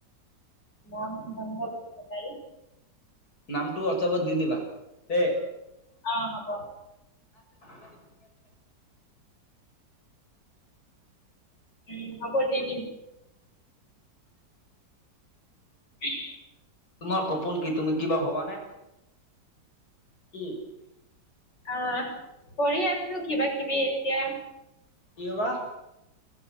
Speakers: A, on the left (about 70°); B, on the left (about 55°).
A: নাম নংগ বসুমতাৰী
B: নামটো ৱাটছাপত দি দিবা দেই।
A: অ', হ'ব।
B: <inaudible>
A: উম, হ'ব দি দিম। <inaudible>
B: তোমাৰ সপোন কি তুমি কিবা হবানে? কি?
A: আ, কৰি আছোঁ কিবা কিবি এতিয়া
B: কিয়বা?